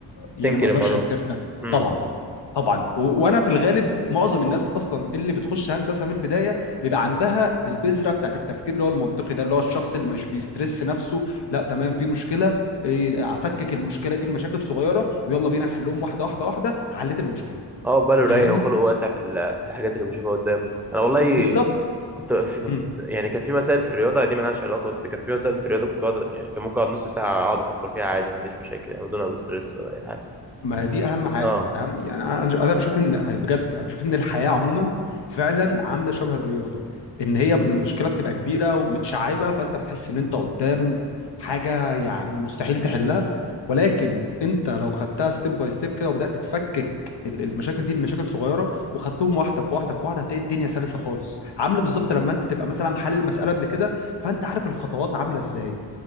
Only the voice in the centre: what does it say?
تنكر
الموضوع
ده
امم
اه باله
رايق وخلقه واسع في ال- في الحاجات اللي بشوفها قدامه دي انا والله
كنت في كنت
يعني كان في مسائل في الرياضه دي مالهاش علاقه بس كان في مسائل في الرياضه كنت بقعد يعني كان ممكن اقعد نص ساعه اقعد افكر فيها عادي ما عنديش مشاكل يعني بدون ما ابقى ستريس ولا اي حاجه
اه